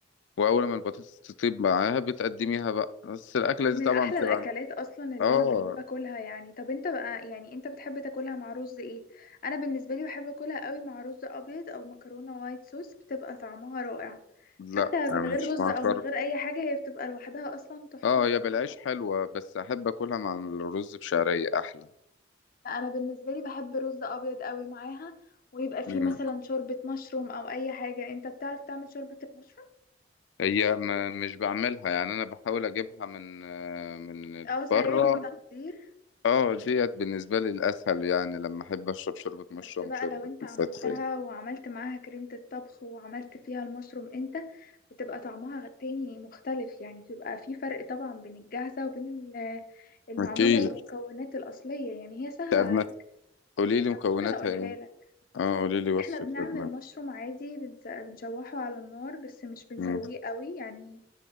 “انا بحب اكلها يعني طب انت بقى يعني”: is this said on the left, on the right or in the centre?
Left